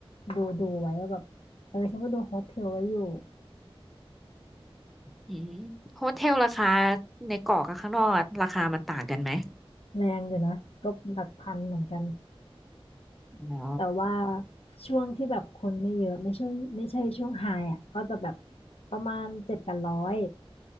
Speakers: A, on the left (about 70°); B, in the centre.
A: ดูดูไว้ว่าแบบเออฉันก็ดูโฮสเทลไว้อยู่
B: อืมโฮเทลราคาในเกาะกับข้างนอกอะราคามันต่างกันไหม
A: แรงอยู่นะก็หลักพันเหมือนกัน
B: อ๋อ
A: แต่ว่าช่วงที่แบบคนไม่เยอะไม่ใช่ไม่ใช่ช่วงไฮอ่ะก็จะแบบประมาณเจ็ดแปดร้อย